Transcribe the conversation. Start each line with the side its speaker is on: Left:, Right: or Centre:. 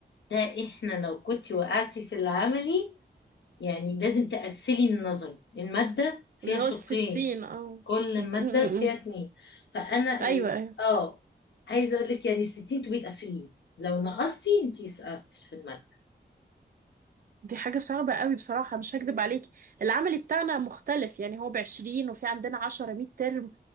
Left: ده احنا لو كنتي وقعتي في العملي يعني لازم تقفلي النظري المادة فيها
Right: اللي
Left: شقين
Right: هو الستين اه
Left: كل
Right: م-
Left: مادة
Right: م-
Left: فيها
Right: م.
Left: اتنين فانا
Right: ايوه
Left: ال...
Right: ايوه
Left: اه عايزة اقول لك يعني الستين تبقي تقفليه لو نقصتي انتي سقطت في المادة
Right: دي حاجة صعبة قوي بصراحة مش هكدب عليكي العمل بتاعنا مختلف يعني هو بعشرين وفي عندنا عشرة ميد ترم